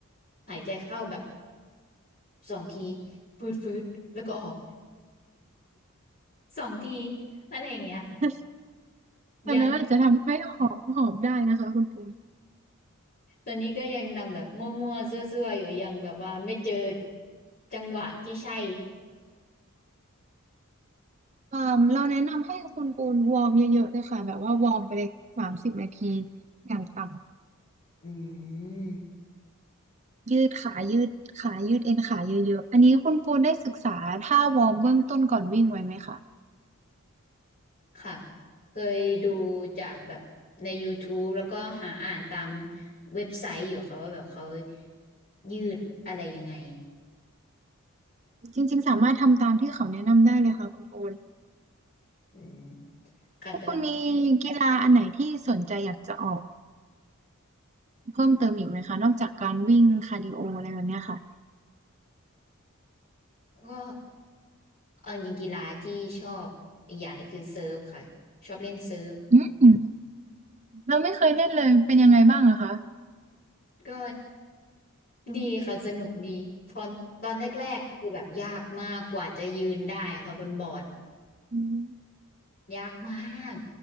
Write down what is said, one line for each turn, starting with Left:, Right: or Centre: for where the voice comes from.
Left: หายใจเข้าแบบสองทีฟืดฟืดแล้วก็ออกสองทีอะไรอย่างเงี้ยค่ะ
Right: <laughs> แบบนั้นอาจจะทำให้หอบหอบได้นะคะคุณปูน
Left: ยังตอนนี้ก็ยังทำแบบมั่วๆซั่วๆอยู่ยังแบบว่าไม่เจอจังหวะที่ใช่
Right: เอ่มเราแนะนำให้คุณปูนวอร์มเยอะๆเลยค่ะแบบว่าวอร์มไปเลยสามสิบนาทีอย่างต่ำ
Left: อืม
Right: ยืดขายืดขายืดเอ็นขาเยอะๆอันนี้คุณปูนได้ศึกษาท่าวอร์มเบื้องต้นก่อนวิ่งไว้ไหมคะ
Left: ค่ะเคยดูจากแบบใน YouTube แล้วก็หาอ่านตามเว็บไซต์อยู่ค่ะว่าแบบเขายืดอะไรยังไง
Right: จริงๆสามารถทำตามที่เขาแนะนำได้เลยค่ะคุณปูน
Left: อืมค่ะแต่
Right: พวกคุณมีกีฬาอันไหนที่สนใจอยากจะออกเพิ่มเติมอีกไหมคะนอกจากการวิ่งคาร์ดิโออะไรแบบเนี้ยค่ะ
Left: ก็เออจริงกีฬาที่ชอบอีกอย่างหนึ่งคือเซิร์ฟค่ะชอบเล่นเซิร์ฟ
Right: อืม เราไม่เคยเล่นเลยเป็นยังไงบ้างอะคะ
Left: ก็ดีค่ะสนุกดีพอตอนแรกๆคือแบบยากมากกว่าจะยืนได้อะค่ะบนบอร์ด
Right: อืม
Left: ยากมาก